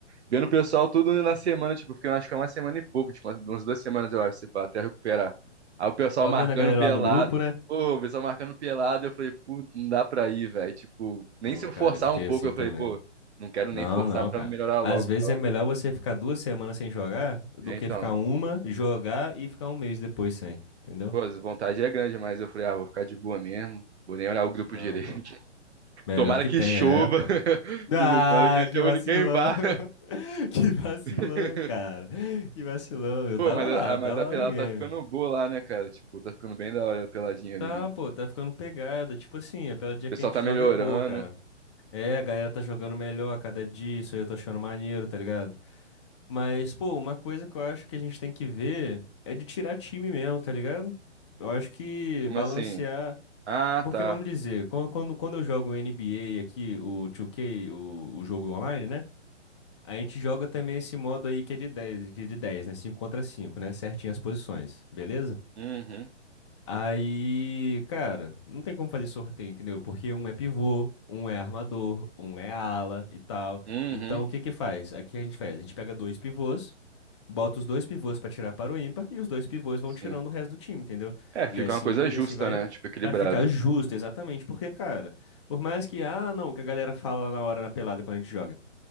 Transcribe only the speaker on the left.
Tava
vendo a galera
lá no grupo, né?
Pô,
cara,
eu fiquei
assim
também.
Não,
não,
cara.
Às vezes
é melhor você ficar duas semanas sem jogar do
que
ficar uma, jogar e ficar um mês depois sem, entendeu?
Não,
pô.
Melhor
que
tem,
é, pô.
Ah,
que
vacilão.
<laughs> Que vacilão,
cara. Que vacilão. Eu
tava
lá,
eu
tava
lá
no game.
Tá,
pô, tá ficando pegada. Tipo assim, a pela dia
que a gente
joga é boa, cara. É, a galera tá jogando melhor a cada dia, isso aí eu tô achando maneiro, tá ligado? Mas, pô, uma coisa que eu acho que a gente tem que ver é de tirar time mesmo, tá ligado? Eu acho que
balancear.
Porque
vamos dizer, quando, quando, quando eu jogo NBA aqui, o 2K, o, o jogo online, né? A gente joga também esse modo aí que é de dez que é de dez né? cinco contra cinco né? Certinho as posições, beleza?
Aí, cara, não tem como fazer sorteio, entendeu? Porque um é pivô, um é armador, um é ala e tal.
Então, o que que faz? Aqui a gente faz, a gente pega dois pivôs, bota os dois pivôs pra tirar para o ímpar e os dois pivôs vão
tirando o resto do time, entendeu?
E assim,
e assim vai
Pra ficar justo, exatamente, porque, cara, por mais que, ah, não, que a galera fala lá na hora na pelada quando a gente joga.